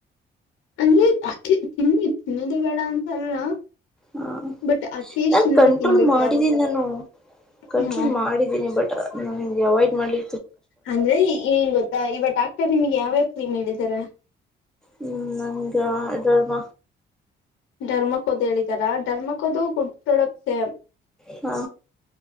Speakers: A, on the left (about 80°); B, in the centre.
A: ಅಂದ್ರೆ ಅಕೆ ತಿನ್ನಿ ತಿನ್ನೋದೆ ಬೇಡ ಅಂತಲ್ಲ.
B: ಹಾ
A: ಬಟ್ ಅಕೇಶನಲ್ಲಿ
B: ನಾನ್ ಕಂಟ್ರೋಲ್
A: ತಿನ್ಬೇಕು
B: ಮಾಡಿದ್ದೀನ್
A: ಯಾವಾಗಾದ್ರೆ
B: ನಾನು ಕಂಟ್ರೋಲ್
A: ಹ್ಮ
B: ಮಾಡಿದ್ದೀನಿ ಬಟ್. ನನಿಗ್ ಅವಾಯ್ಡ್ ಮಾಡ್ಲಿ
A: ಅಂದ್ರೆ ಇ ಏನ್ ಗೊತ್ತಾ ಇವ ಡಾಕ್ ಟರ್ ನಿಮಿಗ್ ಯಾವ್ಯಾವ್ ಕ್ರೀಮ್ ಹೇಳಿದರೆ.
B: ಹ್ಮ್ ನನ್ಗ ಅ ಡೆರ್ಮ.
A: ಡರ್ಮಕೋದು ಹೇಳಿದರಾ ಡರ್ಮಕೋದು ಗುಡ್ ಪ್ರಾಡಕ್ಟ್ಸೆ.
B: ಹಾ